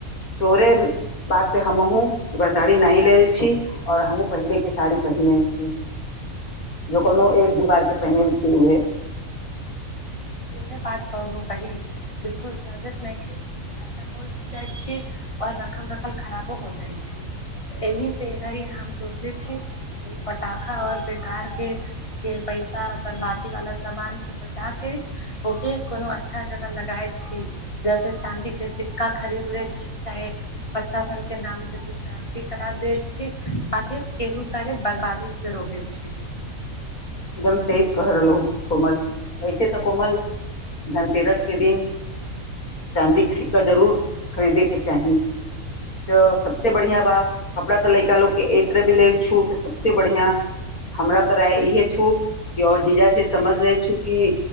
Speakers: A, on the left; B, on the left.
A: तोहरे बात हमहूँ ई बार सााड़ी नहि लेय छी और हमहुँ पहिनेे के साड़ी पहिरने छी जो कोनो एक दू बार के पहिरल छी हुए
B: उएहे बात कहलू बहिन बिलकुल सझत नइखे छिये फैशन ओल्ड हो जाइ छै और रखल रखल खराबो हो जाइ छै एहि से एय घड़ी हम सोचले छी एय पटाखा और बेकर के के पैसा बर्बादी वाला सामान से बचा के ओके कोनो अच्छा जगह लगाय छी जैसे चांदी के सिक्का खरीद ले छी चाहे बच्चा सन के नाम से कुछ शांति करा दैत छी बाकि केहू तरे बर्बादी से रोकै छी
A: एकदम सही कह रहलहु कोमल ऐसे तऽ कोमल धनतेरस के दिन चाँदी के सिक्का जरूर खरीदेके चाही त सबसे बढ़िया बात कपड़ा तऽ लइका लोक के एहि तरह भी ले छू त सबसे बढ़िया हमरा तोरा इहे और जीजाजी समझ ले छु कि